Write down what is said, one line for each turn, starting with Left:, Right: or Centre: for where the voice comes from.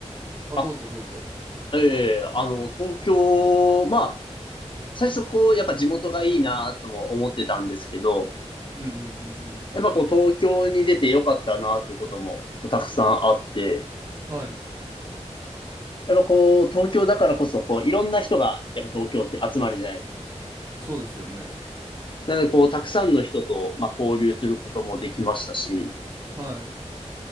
Right: あ、
Left: あ、
Right: どうぞどうぞ。
Left: ええあの、東京、まあ、最初こう、やっぱ地元がいいなとも思ってたんですけど、
Right: うんうんうんうん。
Left: やっぱこう、東京に出てよかったなっていうこともたくさんあって、
Right: はい。
Left: やっぱこう、東京だからこそ、こう、いろんな人が、やっぱ東京って集まるじゃないですか。
Right: そうですよね。
Left: なので、こう、たくさんの人と、まあ、交流することもできましたし、
Right: はい。